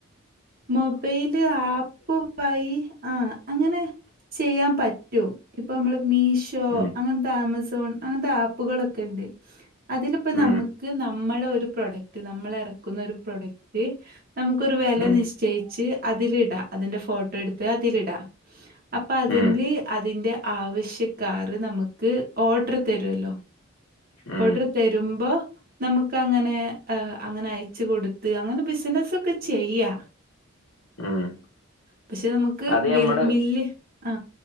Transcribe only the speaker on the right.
മൊബൈല് ആപ്പായി ആ അങ്ങനെ ചെയ്യാൻ പറ്റും ഇപ്പൊ നമ്മള് മീഷോ
അങ്ങനെ താമസ അങ്ങനത്തെ ആപ്പുകളക്കെ ഇണ്ട്. അതിലിപ്പോ
നമുക്ക് നമ്മ നമ്മള ഒരു പ്രൊഡക്റ്റ് നമ്മൾ ഇറക്കുന്ന ഒരു പ്രൊഡക്റ്റ് നമുക്കൊരു വെല
നിശ്ച യിച്ച് അതിലിടാ അതിന്റെ ഫോട്ടോ എടുത്ത് അതിലിടാ അപ്പൊ അതില്
അതിന്റെ ആവശ്യക്കാർ നമുക്ക് ഓഡർ തരൊല്ലോ
ഓഡർ തരുമ്പോ നമുക്ക് അങ്ങനെ അങ്ങനെ അയച്ച കൊടുത്ത് അങ്ങനെ ബിസിനസ് ഒക്കെ ചെയ്യാ.
പക്ഷെ നമുക്ക്
വ
മില്ല് ആ